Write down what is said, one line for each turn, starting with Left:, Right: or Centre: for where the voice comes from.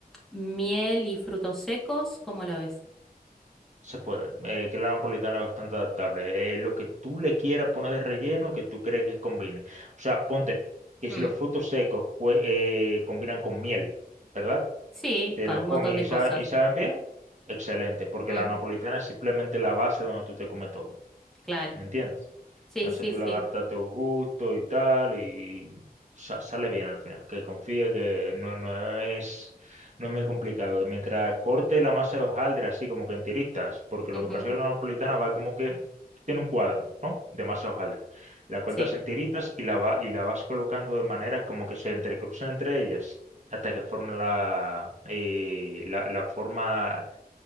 Centre: miel y frutos secos, ¿cómo lo ves?
Right: Se puede. Eh, que la napolitana es bastante adaptable. Eh, lo que tú le quieras poner de relleno, que tú crees que combine. O sea, ponte que
Centre: Mm,
Right: si los frutos secos jue- eh, combinan con miel, ¿verdad?
Centre: sí,
Right: Te
Centre: con
Right: lo
Centre: un
Right: comes
Centre: montón
Right: y,
Centre: de
Right: sa-
Centre: cosas.
Right: y saben bien, excelente, porque
Centre: Mm,
Right: la napolitana es simplemente la base donde tú te comes todo.
Centre: claro.
Right: ¿me entiendes?
Centre: Sí,
Right: Entonces
Centre: sí,
Right: tú
Centre: sí.
Right: lo adaptas a tu gusto y tal, y sa- sale bien al final. Que confíe que no, no es, no es muy complicado. Que mientras corte la masa de hojaldre, así como que en tiritas, porque
Centre: Ujú,
Right: lo que pasa es que la napolitana va como que tiene un cuadro, ¿no? De masa de hojaldre. La cortas
Centre: Sí,
Right: en tiritas y la, va, y la vas colocando de manera como que se entrecruzan entre ellas hasta que formen la, eh, la la forma